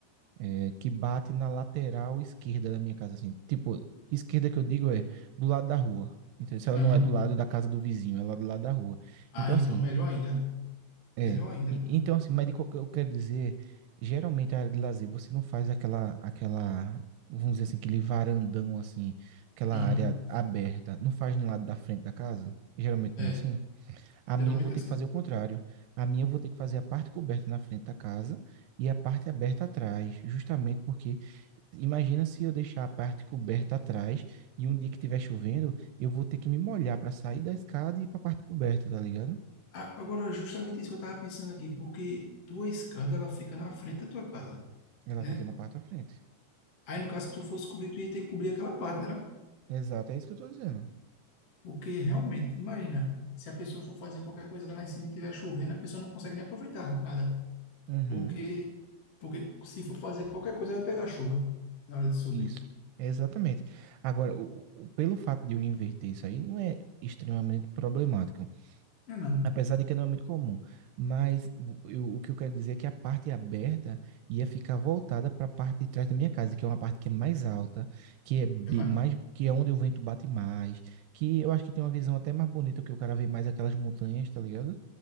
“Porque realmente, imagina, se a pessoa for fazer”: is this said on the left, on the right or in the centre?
Left